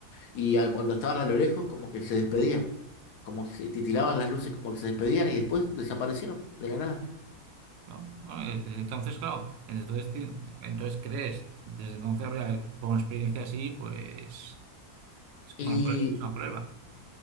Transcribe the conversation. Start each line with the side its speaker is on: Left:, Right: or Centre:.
Left: Y a- cuando estaban a lo lejos, como que se despedían, como que se titilaban las luces, como que se despedían y después desaparecieron de la nada.
Right: claro. no, eh, desde entonces, claro, entonces, ti- entonces crees, desde entonces, habría- con una experiencia así, pues es como
Left: Y
Right: una prue- es una prueba.